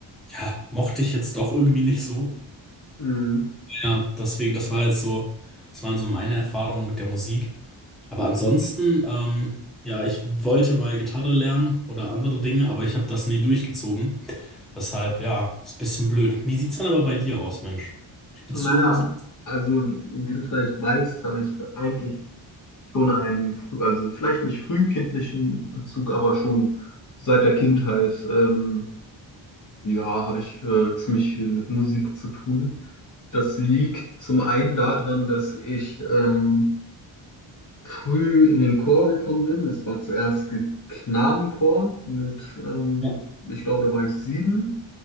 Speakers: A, in the centre; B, on the left.
A: ja, mochte ich jetzt doch irgendwie nicht so.
B: hm,
A: Ja, deswegen, das war jetzt so, das waren so meine Erfahrungen mit der Musik. Aber ansonsten, ähm, ja, ich wollte mal Gitarre lernen oder andere Dinge, aber ich habe das nie durchgezogen. Deshalb, ja, ist ein bisschen blöd. Wie sieht's dann aber bei dir aus, Mensch? Spielst
B: naja,
A: du Musik?
B: also wie du vielleicht weißt, habe ich eigentlich schon einen, frü- also vielleicht nicht frühkindlichen Bezug, aber schon seit der Kindheit, ähm, ja, habe ich äh, ziemlich viel mit Musik zu tun. Das liegt zum einen daran, dass ich ähm, früh in den Chor gekommen bin. Es war zuerst ein Knabenchor mit, ähm,
A: Ja.
B: ich glaube, da war ich sieben.